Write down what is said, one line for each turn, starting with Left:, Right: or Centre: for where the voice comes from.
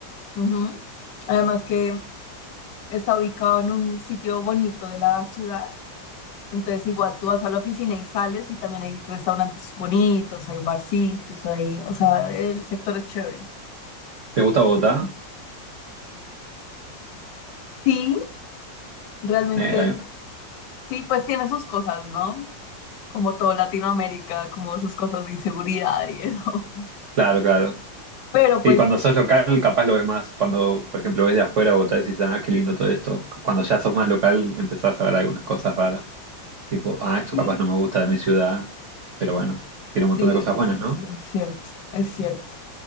Left: Ujú. Además que está ubicado en un sitio bonito de la ciudad, entonces igual tú vas a la oficina y sales y también hay restaurantes bonitos, hay barcitos, hay, o sea, el sector es chévere.
Right: ¿Te gusta Bogotá?
Left: Sí, realmente.
Right: Eh, ahí-
Left: Sí, pues tiene sus cosas, ¿no? Como todo Latinoamérica, como sus cosas de inseguridad y eso.
Right: claro, claro.
Left: <laughs> Pero pues
Right: Sí, cuando sos local capaz lo ves más. Cuando, por ejemplo, ves de afuera Bogotá decís, ah, qué lindo todo esto. Cuando ya sos más local empezás a ver algunas cosas raras. Tipo, ah, esto
Left: sí,
Right: capaz no me gusta de mi ciudad, pero bueno, tiene
Left: sí,
Right: un montón de cosas buenas,
Left: sí,
Right: ¿no?
Left: sí, es cierto, es cierto.